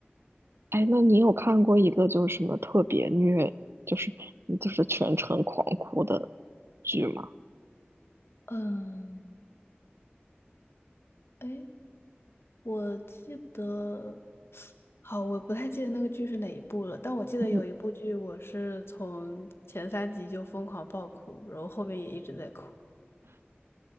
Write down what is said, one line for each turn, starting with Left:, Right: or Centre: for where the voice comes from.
Right: 哎，那你有看过一个就是什么特别虐，就是嗯就是全程狂哭的剧吗？
Left: 嗯，哎，我记得，好，我不太记得那个剧是哪一部了，但我记得有一部剧，
Right: <laughs> 嗯，
Left: 我是从前三集就疯狂爆哭，然后后面也一直在哭。